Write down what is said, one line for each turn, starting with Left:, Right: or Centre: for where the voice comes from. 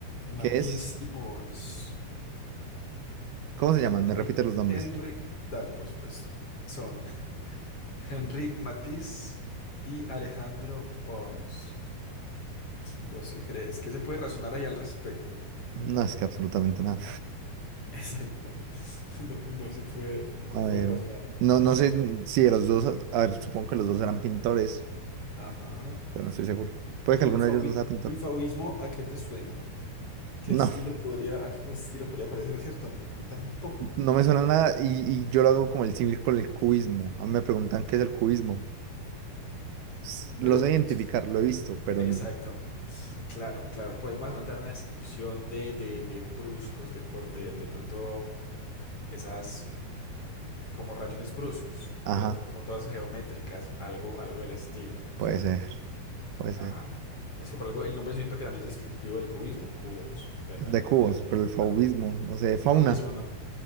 Left: Matisse
Right: ¿Qué es?
Left: y Borns.
Right: ¿Cómo
Left: Henry.
Right: se llaman? Me repite los nombres.
Left: Henry. Dale, por supuesto. Son <laughs> Henry Matisse y Alejandro Borns. ¿Vos qué crees? ¿Qué se puede razonar ahí al respecto? Contame.
Right: No, es que absolutamente nada.
Left: Exacto. No, <laughs> no, no se puede, no
Right: A
Left: se puede
Right: ver,
Left: razonar
Right: no,
Left: absolutamente.
Right: no sé si de los dos, a ver, supongo que los dos eran pintores,
Left: ajá
Right: pero no estoy seguro. Puede que
Left: ¿Y,
Right: alguno
Left: fauvi-
Right: de ellos no sea pintor.
Left: y fauvismo a qué te suena? ¿Qué
Right: No,
Left: estilo podría, a qué pues, estilo podría parecer cierto? A mí, a mí tampoco.
Right: no me suena nada y, y yo lo hago como el símil con el cubismo. A mí me preguntan qué es el cubismo. S-
Left: Pero,
Right: Lo sé identificar,
Left: pero sí es-
Right: lo he visto, pero
Left: Exacto.
Right: no.
Left: Claro, claro. Puedes más o menos dar una descripción de, de, de bruscos, de, cor- de, de pronto esas como rayones bruscos,
Right: Ajá,
Left: ¿cierto? Como todas geométricas, algo, algo del estilo, ¿cierto?
Right: puede ser.
Left: Como-
Right: puede
Left: Ajá.
Right: ser.
Left: Es que por algo, el nombre yo siento que también es descriptivo del cubismo, cubos, de,
Right: De
Left: de alguna
Right: cubos,
Left: manera tiene.
Right: pero el fauvismo,
Left: Ajá.
Right: no sé, fauna.
Left: Fauvismo no.